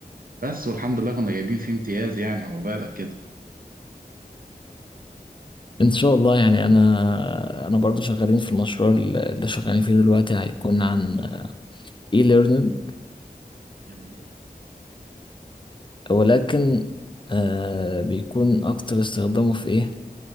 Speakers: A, on the right; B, on the left.
A: بس والحمد لله كنا جايبين فيه امتياز يعني عقبالك كده
B: ان شاء الله يعني انا انا برضو شغالين في المشروع اللي شغالين فيه دلوقتي هيكون عن اي ليرنينج
A: جميل
B: ولكن آه بيكون أكتر استخدامه في إيه؟